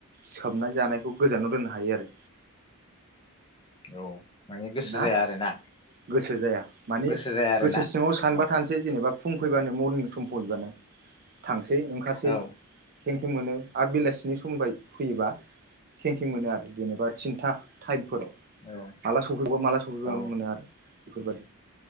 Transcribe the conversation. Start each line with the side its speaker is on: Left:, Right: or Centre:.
Right: सोबना जानायखौ गोजानाव दोननो हायो आरो
Left: औ माने गोसो
Right: ना
Left: जाया आरोना
Right: गोसो जाया माने
Left: गोसो जाया आरोना
Right: गोसो सिङाव सानबा
Left: औ
Right: थानोसै जेनेबा फुं फै <unintelligible> सै ओंखारसै
Left: औ
Right: थेंक मोनो आरो बेलासिनि समबायदि फैयोबा कें कें मोनो आरो जेनेबा थिनथा टाइम फोराव
Left: औ
Right: माला स बे माला सफैबागो
Left: औ
Right: मोनो आरो बिफोरबायदि